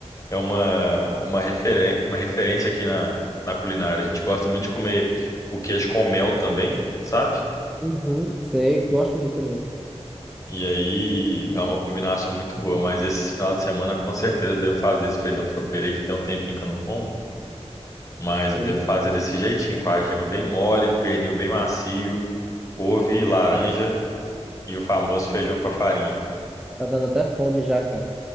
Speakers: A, on the left (about 30°); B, in the centre.
A: é uma, uma, referen- uma referência aqui na, na culinária. A gente gosta muito de comer o queijo com mel também, sabe?
B: Uhum. Sei, gosto dele também.
A: E aí dá uma combinação muito boa. Mas esse final de semana, com certeza, eu devo fazer esse feijão tropeiro aí, que tem um tempinho que eu não como. Mas eu
B: Sei.
A: devo fazer desse jeitinho, com a gema bem mole, o pernil bem macio, couve, laranja e o famoso feijão com a farinha.
B: Tá dando até fome já, cara.